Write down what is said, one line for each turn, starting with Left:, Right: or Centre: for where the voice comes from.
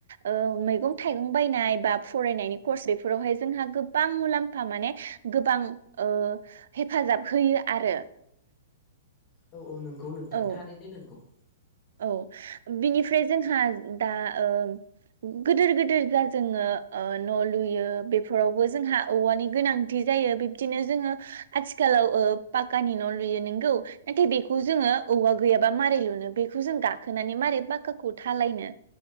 Right: ओ मैगं थाइगं बायनाय बा फनायनि खरस बेफोराव जोंहा गोबां मुलाम्फा माने गोबां ओ हेफाजाब होयो आरो ।
Left: औ औ नंगौ नोंथां
Right: औ
Left: थारैनो नंगौ ।
Right: औ बिनिफ्राय जोंहा दा ओ गोदिर गोदिर दा जोङो ओ न लुयो बेफोरावबो जोंहा औवानि गोनांथि जायो बिब्दिनो जोङो आथिखालाव ओ पाक्कानि न लुयो नोंगौ नाथाय बेखौ जोङो औवा गैयाबा मारै लुनो बेखौ जों गाखोनानै मारै पाक्काखौ थालायनो